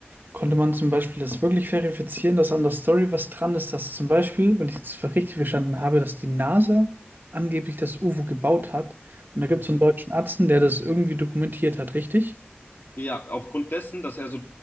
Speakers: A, on the right (about 55°); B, on the left (about 55°).
A: konnte man zum Beispiel das wirklich verifizieren, dass an der Story was dran ist, dass zum Beispiel, wenn ich es richtig verstanden habe, dass die NASA angeblich das UFO gebaut hat. Und da gibt
B: Mhm.
A: es so einen deutschen Arzt, der das irgendwie dokumentiert hat, richtig?
B: Ja, aufgrund dessen, dass er so